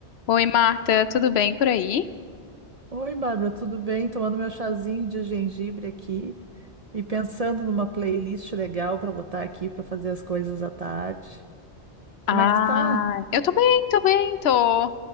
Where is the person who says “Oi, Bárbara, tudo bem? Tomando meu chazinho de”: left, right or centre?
Right